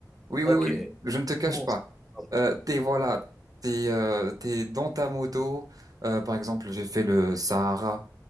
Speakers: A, on the right; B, in the centre.
A: oui, oui,
B: OK,
A: oui,
B: c'est
A: oui. Je ne te cache
B: bon,
A: pas.
B: c'est bon, ça
A: Euh,
B: va.
A: t'es, voilà, t'es, euh, t'es dans ta moto. Euh, par exemple, j'ai fait le Sahara.